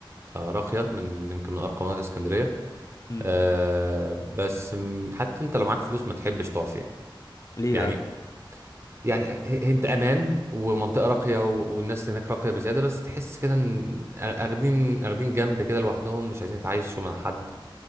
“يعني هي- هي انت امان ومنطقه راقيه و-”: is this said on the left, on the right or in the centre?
Right